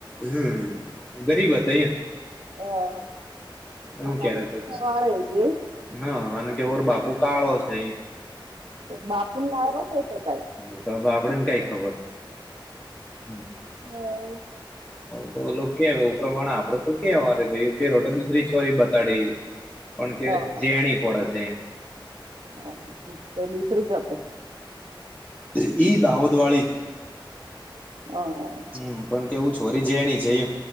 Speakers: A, on the left; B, on the right.
A: હમ ગરીબ હતા
B: હ
A: એું
B: અને
A: કે્યારે
B: હવે સવાળે જઈ
A: હા અને કે ઓર બાપુ કાળો છે એ
B: તો બાપુું ના રસ તો કાય
A: હ તો આપડેને કઈ ખબર હ
B: હાચ
A: તો કે એ પ્રમાણે આપડે તો કેવા ભાઈ કેે રોટે દુસરી છોરી બતાડે પણ કે
B: હ
A: જેણી પડે છે
B: હ હ હ તે દુસરી <inaudible>
A: તે એઈ દાહોદ વાડી.
B: હા, હા.
A: હમ્મ, પણ કેવું છોરી જેણી છે એ